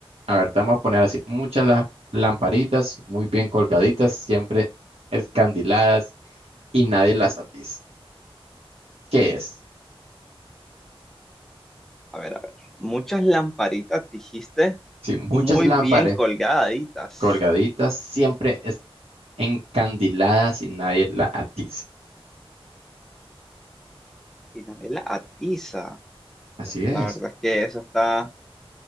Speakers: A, on the right; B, in the centre.
A: A ver, te vamos a poner así, muchas las lamparitas muy bien colgaditas, siempre escandiladas y nadie las atiza. ¿Qué es?
B: A ver, a ver. Muchas lamparitas dijiste
A: Sí, muchas
B: muy
A: lámparas
B: bien colgaditas
A: colgaditas, siempre es encandiladas y nadie la atiza.
B: y nadie la atiza.
A: Así
B: Uf,
A: es.
B: la verdad es que eso está